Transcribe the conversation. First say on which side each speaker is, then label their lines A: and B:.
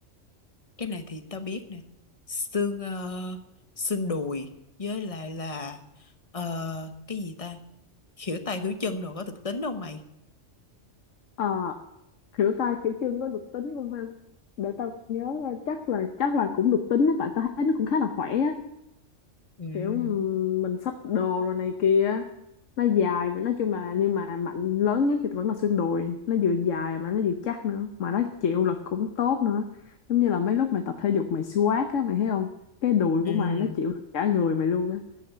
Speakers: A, on the left; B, on the left.
A: cái này thì tao biết nè xương ờ, xương đùi với lại là ờ, cái gì ta khỉu tay khỉu chân đồ có thực tính không mày
B: Ờ, khỉu tay khỉu chân có được tính không ha? Để tao nhớ coi, chắc là chắc là cũng được tính á, tại tao thấy nó cũng khá là khỏe á.
A: ừ
B: Kiểu ừm, mình xách đồ rồi này kia, nó dài và nói chung là nhưng mà mạnh lớn nhất thì vẫn là xương đùi, nó vừa dài mà nó vừa chắc nữa, mà nó chịu lực cũng tốt nữa. Giống như là mấy lúc mày tập thể dục mày squat á, mày thấy không? Cái đùi
A: ừ
B: của mày nó chịu lực cả người mày luôn á.